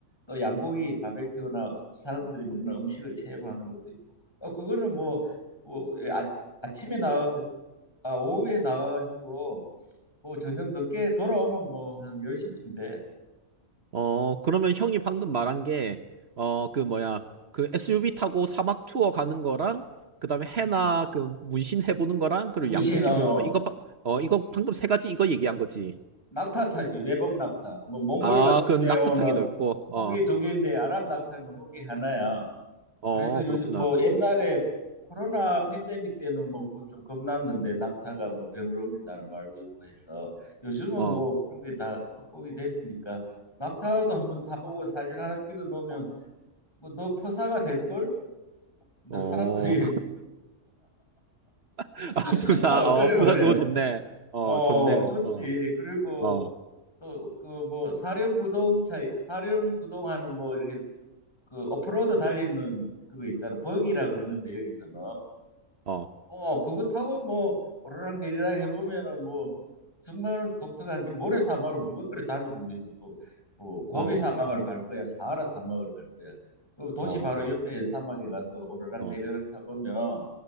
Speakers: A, on the left; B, on the right.
A: 또 양고기 바베큐나 사람들이 먹는 음식을 체험하는 것도 있고. 어 그거는 뭐뭐 예, 아, 아침에 나 아, 오후에 나가가지고 뭐 저녁 늦게 돌아오면 뭐 한 10시쯤 돼.
B: 어, 그러면 형이 방금 말한 게 어, 그 뭐야 그 SUV 타고 사막 투어 가는 거랑 그다음에 해나
A: 음, 음.
B: 그 문신 해보는 거랑 그리고
A: 문신
B: 양고기
A: 어,
B: 먹는
A: 어.
B: 거 이거 바- 어 이거 방금 세 가지 이거 얘기한 거지.
A: 낙타 타지 외복 낙타 뭐 몽골
B: 아,
A: 같은
B: 그 낙타
A: 경우는
B: 타기도 있고, 어,
A: 호기 두 개인데 아랍 낙타는 호기 하나야.
B: 어,
A: 그래서 요즘
B: 그렇구나.
A: 뭐 옛날에 코로나 팬데믹 때는 뭐 그 좀 겁났는데 낙타가 뭐 병으로 옮긴다는 말도 있고 해서 요즘은
B: 어,
A: 뭐 그런 게 다 극복이 됐으니까 낙타도 한번 타보고 사진 하나 찍어 놓으면 뭐 너 포사가 될 걸? 근데
B: 어,
A: 사람들이
B: <laughs> 아,
A: <laughs>
B: 부사,
A: 어,
B: 어,
A: 그래 말이야.
B: 부사 그거 좋네. 어,
A: 어
B: 좋네.
A: 좋지.
B: 어,
A: 그리고
B: 어,
A: 또 그 뭐 사륜구동차 사륜구동하는 뭐 이렇게 그 오프로드 달리는 그거 있잖아. 버기라 그러는데 여기서는
B: 어,
A: 어 그거 타고 뭐 오르락 내리락 해보면은 뭐 정말 독특한 게 모래 사막을 누가 그래 다녀보기서 또뭐 고비
B: 어,
A: 사막을
B: 어,
A: 갈 거야 사하라 사막을 갈 거야 그 도시
B: 어,
A: 바로 옆에 사막에 가서 오르락
B: 어,
A: 내리락 타보면